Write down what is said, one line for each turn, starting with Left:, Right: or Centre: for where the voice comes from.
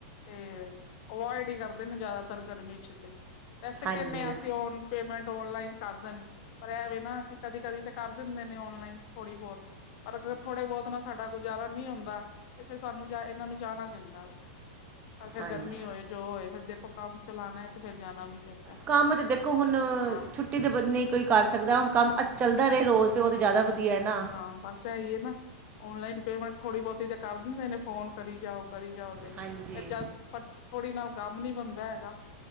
Left: ਤੇ ਅਵੋਇਡ ਈ ਕਰਦੇ ਨੇ ਜਾਦਾਤਰ ਗਰਮੀ ਚ ਤੇ, ਵੈਸੇ
Right: ਹਾਂਜੀ
Left: ਕਹੰਨੇ ਆ ਅਸੀ ਓਨ ਪੇਮੈਂਟ ਔਨਲਾਈਨ ਕਰ ਦੇਣ, ਪਰ ਐ ਵੇ ਨਾ ਕਿ ਕਦੀ-ਕਦੀ ਤੇ ਕਰ ਦਿੰਦੇ ਨੇ ਔਨਲਾਈਨ ਥੋੜ੍ਹੀ ਬੋਤ ਪਰ ਅਗਰ ਥੋੜ੍ਹੇ ਬਹੁਤ ਨਾਲ ਸਾਡਾ ਗੁਜ਼ਾਰਾ ਨਈ ਹੁੰਦਾ ਤੇ ਫੇਰ ਸਾਨੂੰ ਜਾ ਇਨਾਂ ਨੂੰ ਜਾਣਾ ਪੈਂਦਾ। ਅਗਰ
Right: ਹਾਂਜੀ
Left: ਗਰਮੀ ਹੋਏ ਜੋ ਹੋਏ ਫੇਰ ਦੇਖੋ ਕੰਮ ਚਲਾਣਾ ਐ ਤੇ ਫੇਰ ਜਾਣਾ ਵੀ ਪੈਂਦਾ
Right: ਕੰਮ ਤੇ ਦੇਖੋ ਹੁਣ
Left: ਹਾਂ
Right: ਛੁੱ ਟੀ ਤੇ ਬੰਦ ਨ‌ਈ ਕੋਈ ਕਰ ਸਕਦਾ, ਹੁਣ ਕੰਮ ਅ ਚੱਲਦਾ ਰਹੇ ਰੋਜ਼ ਤੇ ਉਹ ਤੇ ਜਾਦਾ ਵਧੀਆ ਏ ਨਾ।
Left: ਹਾਂ ਬਸ ਐਈ ਏ ਨਾ ਔਨਲਾਈਨ ਪੇਮੈਂਟ ਥੋੜੀ ਬਹੁਤੀ ਤੇ ਕਰ ਦਿੰਦੇ ਨੇ ਫੋਨ ਕਰੀ ਜਾਓ- ਕਰੀ ਜਾਓ ਫੇਰ
Right: ਹਾਂਜੀ
Left: ਏ ਜਦ ਪਰ ਥੋੜ੍ਹੀ ਨਾਲ ਕੰਮ ਨੀ ਬਣਦਾ ਹੈਗਾ।